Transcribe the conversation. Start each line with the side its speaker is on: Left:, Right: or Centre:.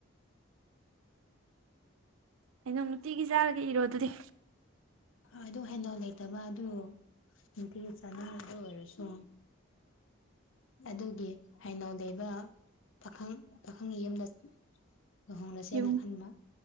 Right: ꯑꯩꯅꯣ ꯅꯨꯡꯇꯤꯒꯤ ꯆꯥꯔꯒ ꯏꯔꯣ ꯑꯗꯨꯗꯤ
Left: ꯑꯗꯨ ꯍꯦꯟꯅꯣ ꯂꯩꯇꯕ ꯑꯗꯨ ꯅꯨꯡꯇꯤ ꯆꯥꯅꯤꯡꯉ ꯑꯗꯨ ꯑꯣꯏꯔꯁꯨ ꯑꯗꯨꯒꯤ ꯍꯩꯅꯧ ꯂꯩꯕ ꯄꯥꯈꯪ ꯄꯥꯈꯪ ꯌꯨꯝꯗ ꯂꯨꯍꯣꯡꯅꯁꯦꯅ
Right: ꯌꯨꯝ
Left: ꯈꯟꯕ